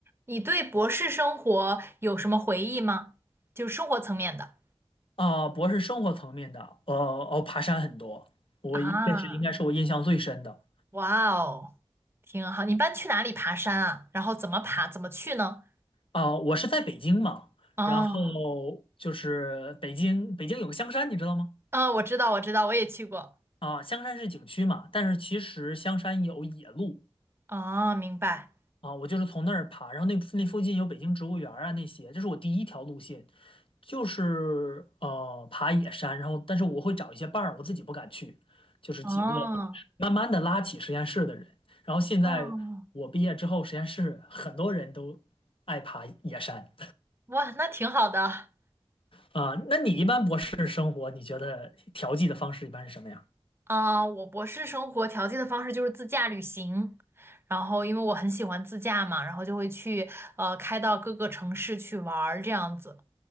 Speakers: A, on the right; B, on the left.
A: 你对博士生活有什么回忆吗？就是生活层面的
B: 啊、博士，生活层面的，呃，哦，爬山很多，我一这是应该是我印象最深的
A: 啊，哇哦，挺好。你一般去哪里爬山啊？然后怎么爬？怎么去呢？
B: 啊、我是在北京嘛，
A: 哦，
B: 然后就是北京，北京有个香山，你知道吗？
A: 啊，我知道，我知道，我也去过。
B: 啊、香山是景区嘛，但是其实香山有野路
A: 哦，明白。
B: 啊、我就是从那儿爬，然后那那附近有北京植物园儿啊那些，这是我第一条路线，就是呃爬野山，然后但是我会找一些伴儿，我自己不敢去，就是几个。
A: 哦，
B: 慢慢的拉起实验室的人。然后现在我毕业之后，
A: 哦，
B: 实验室很多人都爱爬野山
A: 哇，那挺好的。
B: 啊。那你一般博士生活，你觉得调剂的方式一般是什么呀？
A: 啊，我博士生活调剂的方式就是自驾旅行。然后，因为我很喜欢自驾嘛，然后就会去呃开到各个城市去玩儿这样子。